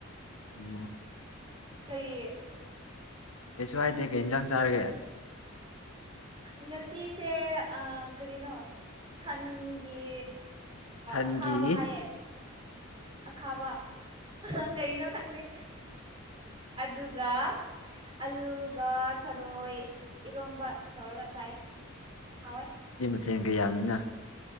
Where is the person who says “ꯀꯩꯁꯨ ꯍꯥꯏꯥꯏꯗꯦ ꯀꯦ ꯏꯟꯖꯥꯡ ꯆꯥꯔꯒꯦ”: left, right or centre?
Left